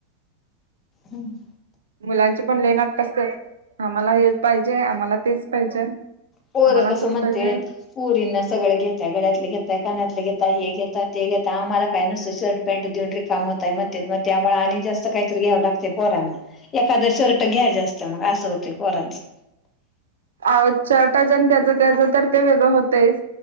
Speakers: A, on the left (about 25°); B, on the right (about 65°).
A: हम्म.
B: मुलांची पण लयं नाटकं असत्यात आम्हाला हेच पाहिजे आम्हाला तेच पाहिजे.
A: पोरं
B: आम्हाला
A: कसं
B: असंच
A: म्हणतेत
B: पाहिजे.
A: पोरींना सगळं घेताय, गळ्यातले घेताय, कानातले घेतायं, हे घेता ते घेता आम्हाला काय नुसतं शर्ट पॅन्ट देऊन रिकामं होतायं. म्हणत्यात म त्यामुळं आणि जास्त काहीतरी घ्याव लागतयं पोरांना. एखादं शर्ट घ्या जास्त मग असं होतयं पोराचं
B: आ शर्टाचं त्याचं त्याचं तर ते वेगळं होतयच,